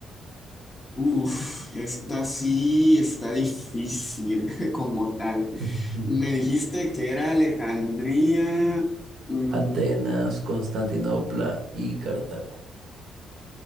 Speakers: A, on the left; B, on the right.
A: Uf, esta sí está difícil <laughs> como tal.
B: <laughs>
A: Me dijiste que era Alejandría, mm,
B: Atenas, Constantinopla y Cartago.